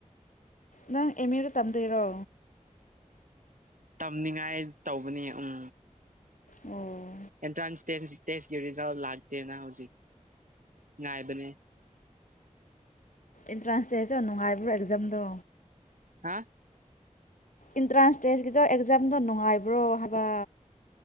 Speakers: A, on the left; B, on the right.
A: ꯅꯪ ꯑꯦꯝꯌꯨꯗ ꯇꯝꯗꯣꯏꯔꯣ
B: ꯇꯝꯅꯤꯡꯉꯥꯏ ꯇꯧꯕꯅꯤ ꯎꯝ
A: ꯑꯣ
B: ꯑꯦꯟꯇ꯭ꯔꯥꯟꯁ ꯇꯦꯁꯒꯤ ꯔꯤꯖꯜ ꯂꯥꯛꯇꯦꯅ ꯍꯧꯖꯤꯛ ꯉꯥꯏꯕꯅꯦ
A: ꯑꯦꯟꯇ꯭ꯔꯥꯟꯁ ꯇꯦꯁ ꯅꯨꯡꯉꯥꯏꯕ꯭ꯔꯣ ꯑꯦꯛꯖꯥꯝꯗꯣ
B: ꯍꯥ
A: ꯏꯟꯇ꯭ꯔꯥꯟꯁ ꯇꯦꯖꯀꯤꯗꯣ ꯑꯦꯛꯖꯥꯝꯗꯣ ꯅꯨꯡꯉꯥꯏꯕ꯭ꯔꯣ ꯍꯥꯏꯕ